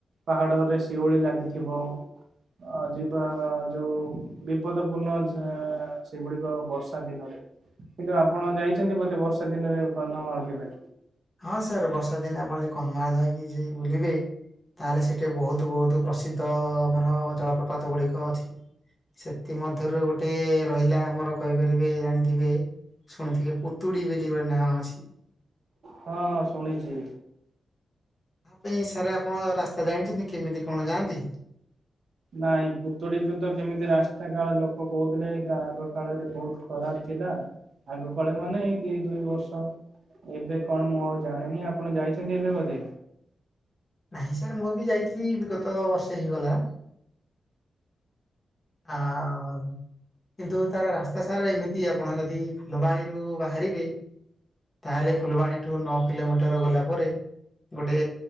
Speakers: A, on the right; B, on the left.
A: ପାହାଡ଼ରେ ଶିଉଳି ଲାଗିଥିବ ଅ ଯିବା ଯୋଉ ବିପଦ ପୂର୍ଣ୍ଣ ଝେ ସେଗୁଡିକ ବର୍ଷା ଦିନରେ। କିନ୍ତୁ ଆପଣ ଯାଇଛନ୍ତି ବୋଧେ ବର୍ଷା ଦିନରେ କନ୍ଧମାଳ କେବେ?
B: ହଁ ସାର୍ ବର୍ଷା ଦିନେ ଆପଣ ଯଦି କନ୍ଧମାଳ ଯାଇକି ଜି ବୁଲିବେ ତାହେଲେ ସେଠି ବହୁତ ବହୁତ ପ୍ରସିଦ୍ଧ ଆମର ଜଳପ୍ରପାତ ଗୁଡିକ ଅଛି। ସେଥିମଧ୍ୟରୁ ଗୋଟେ ରହିଲା ଆମର କହିପାରିବେ ଜାଣିଥିବେ ଶୁଣିଥିଲି ପୁତୁଡ଼ି ବେଲି ଗୋଟେ ନାଁ ଅଛି।
A: ହଁ ଶୁଣିଚି।
B: ଆପେ ସାର୍ ଆପଣ ରାସ୍ତା ଜାଣିଛନ୍ତି କେମିତି କଣ ଯାଆନ୍ତି।
A: ନାଇଁ ପୁତୁଡ଼ିକୁ ତ କେମିତି ରାସ୍ତା କାଳେ ଲୋକ କହୁଥିଲେ ଏ ଆଗ କାଳରେ ବହୁତ ଖରାପ ଥିଲା। ଆଗ କାଳେ ମାନେ ଏଇ ଦି ଦୁଇ ବର୍ଷ। ଏବେ କଣ ମୁଁ ଆଉ ଜାଣିନି ଆପଣ ଯାଇଛନ୍ତି ଏବେ ବୋଧେ?
B: ନାହିଁ ସାର୍ ମୁଁ ବି ଯାଇଥିଲି ବିଗତ ବର୍ଷେ ହେଇଗଲା। ଆ କିନ୍ତୁ ତାର ରାସ୍ତା ସାରା ଏମିତି ଆପଣ ଯଦି ଫୁଲବାଣୀରୁ ବାହାରିବେ ତାହେଲେ ଫୁଲବାଣୀଠୁ ନଅ କିଲୋମିଟର ଗଲା ପରେ ଗୋଟେ